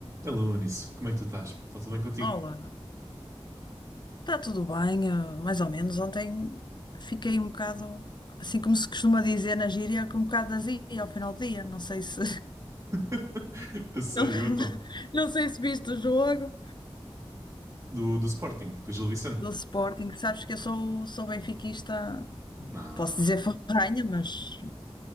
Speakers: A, on the right; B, on the left.
A: Alô, Anísio, como é que tu estás? Está tudo bem contigo?
B: Olá, está tudo bem, eh, mais ou menos. Ontem fiquei um bocado, assim como se costuma dizer na gíria, com um bocado de azia ao final do dia. Não sei se,
A: <laughs> A sério,
B: <laughs>
A: então?
B: não sei se viste o jogo
A: Do, do Sporting, com o Gil Vicente?
B: do Sporting. Sabes que eu sou, sou benfiquista,
A: Ah,
B: posso dizer ferrenha, mas,